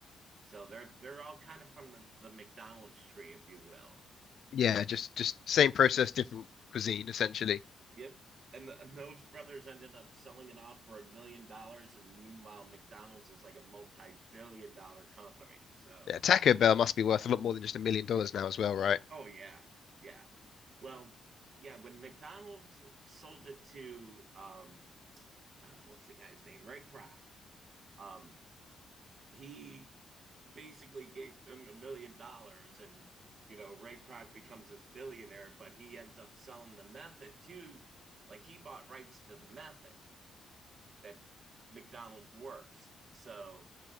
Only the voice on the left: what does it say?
Yeah, just just same process, different cuisine essentially.
Yeah, Taco Bell must be worth a lot more than just a million dollars now as well, right?